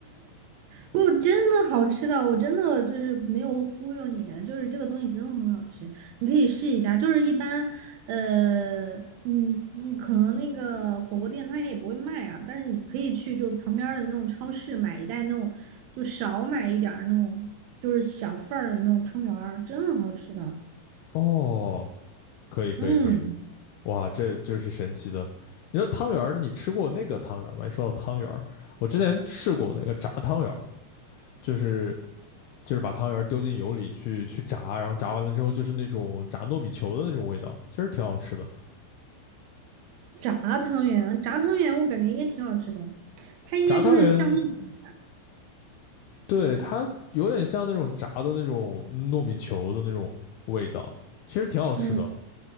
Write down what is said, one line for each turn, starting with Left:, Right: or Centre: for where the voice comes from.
Right: 不，真的好吃的，我真的就是没有忽悠你，就是这个东西真的很好吃，你可以试一下。就是一般，呃，你嗯可能那个火锅店它也不会卖啊，但是你可以去就是旁边儿的那种超市买一袋那种，就少买一点儿那种，就是小份儿的那种汤圆儿，真的好吃的。
Left: <laughs> 哦，可以可以可以，
Right: 嗯，
Left: 哇，这这是神奇的。你说汤圆儿，你吃过那个汤圆儿吗？一说到汤圆儿，我之前试过那个炸汤圆儿，就是就是把汤圆儿丢进油里去去炸，然后炸完了之后就是那种炸糯米球的那种味道，其实挺好吃的。
Right: 炸汤圆，炸汤圆我感觉应该挺好吃的，它应该就是像那种，
Left: 炸汤圆。对，它有点像那种炸的那种糯米球的那种味道，其实挺好吃的。
Right: 嗯。